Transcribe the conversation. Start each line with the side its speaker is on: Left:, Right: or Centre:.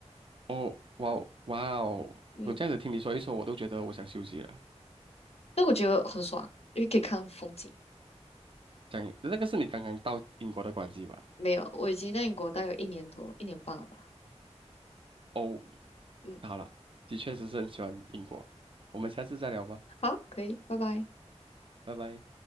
Right: 哦，哇哦，哇哦！
Left: 嗯。
Right: 我这样子听你说一说，我都觉得我想休息了。
Left: 但我觉得很爽，因为可以看风景。
Right: 讲那个是你刚刚到英国的关系吧？
Left: 没有，我已经在英国待有一年多，一年半了吧。
Right: 哦，
Left: 嗯，
Right: 好了，的确是是很喜欢英国。我们下次再聊吧，
Left: 好，可以，拜拜。
Right: 拜拜。